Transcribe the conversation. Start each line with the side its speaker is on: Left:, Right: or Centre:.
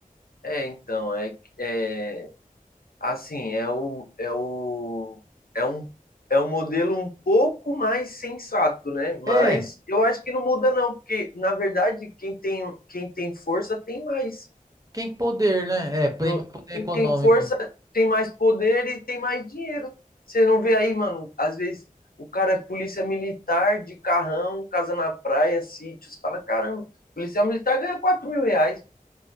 Left: É, então, é, é Assim, é o, é o, é um, é um modelo um pouco mais sensato, né? Mas
Right: É,
Left: eu acho que não muda não, porque na verdade quem tem, quem tem força tem mais.
Right: quem poder, né? É, tem
Left: No-
Right: mais poder
Left: quem
Right: econômico.
Left: tem força tem mais poder e tem mais dinheiro. Você não vê aí, mano? Às vezes o cara é polícia militar de carrão, casa na praia, sítios, fala, caramba, polícia militar ganha quatro mil reais.